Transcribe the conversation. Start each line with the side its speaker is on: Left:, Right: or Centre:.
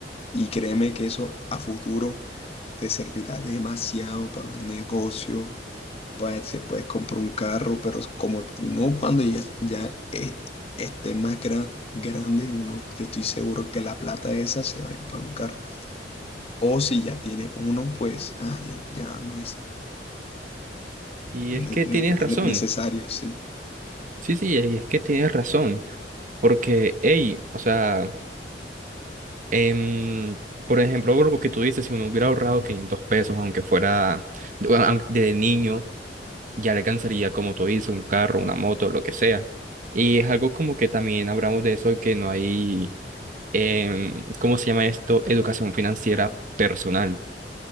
Left: Y créeme que eso a futuro te servirá demasiado para un negocio, pues se puede comprar un carro, pero es como no cuando ya, ya eh, esté más gran- grande, uno, yo estoy seguro que la plata esa se va a ir para un carro. O si ya tiene uno, pues ah, ya, ya no es
Right: Y
Left: ne-
Right: es que
Left: ne-
Right: tienes
Left: ne-
Right: razón.
Left: necesario, sí.
Right: Sí, sí, y es que tienes razón. Porque, hey, o sea, em, por ejemplo, lo que tú dices, si uno hubiera ahorrado 500 pesos, aunque fuera bueno, aun- de niño ya le alcanzaría, como tú dices, un carro, una moto, lo que sea. Y es algo como que también hablamos de eso, que no hay, em, ¿cómo se llama esto? Educación financiera personal.